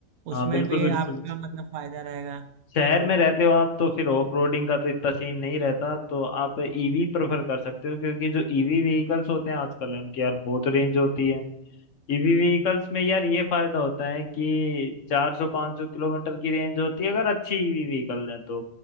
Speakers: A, on the left; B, on the right.
A: हाँ
B: उसमें
A: बिल्कुल
B: भी
A: बिल्कुल
B: आपका मतलब फायदा रहेगा
A: शहर में रहते हो आप तो फिर ऑफ रोडिंग का तो इतना सीन नहीं रहता तो आप ईवी प्रेफर कर सकते हो क्योंकि जो ईवी व्हीकल्स होते हैं आजकल उनकी यार बहुत रेंज होती है ईवी व्हीकल्स में यार ये फायदा होता है कि 400-500 किलोमीटर की रेंज होती है अगर अच्छी ईवी व्हीकल है तो